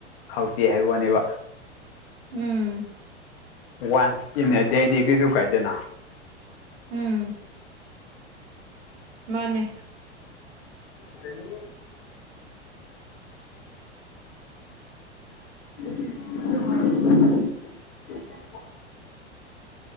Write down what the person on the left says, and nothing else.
ꯍꯥꯎꯇꯦ ꯍꯥꯏꯕꯅꯦꯕ
ꯋꯥꯟꯁ ꯏꯟ ꯑꯦ ꯗꯦꯗꯤ ꯀꯩꯁꯨ ꯀꯥꯏꯗꯦꯅ
ꯗꯅꯤ <unintelligible> <inaudible> <inaudible>